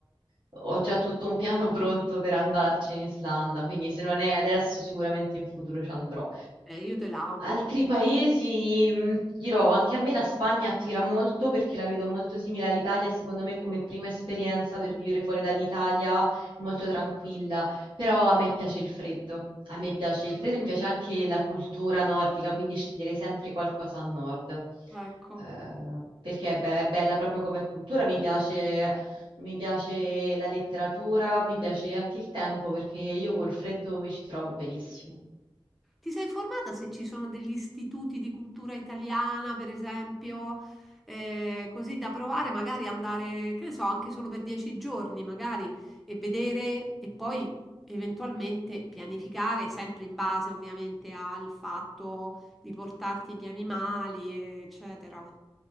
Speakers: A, on the right; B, in the centre.
A: ho già tutto un piano <laughs> pronto per andarci in Islanda, quindi se non è adesso sicuramente in futuro ci andrò.
B: Eh, io te l'auguro.
A: Altri paesi, mh, dirò, anche a me la Spagna attira molto perché la vedo molto simile all'Italia e secondo me come prima esperienza per vivere fuori dall'Italia molto tranquilla, però a me piace il freddo. A me piace il
B: Mm,
A: freddo, mi piace anche la cultura nordica, quindi scegliere sempre qualcosa a nord.
B: Ecco.
A: Eh, perché è, be- è bella proprio come cultura, mi piace, mi piace la letteratura, mi piace anche il tempo, perché io col freddo mi ci trovo benissimo.
B: Ti sei informata se ci sono degli istituti di cultura italiana, per esempio, eh, così da provare, magari andare, che ne so, anche solo per dieci giorni, magari, e vedere e poi eventualmente pianificare, sempre in base ovviamente al fatto di portarti gli animali, eccetera.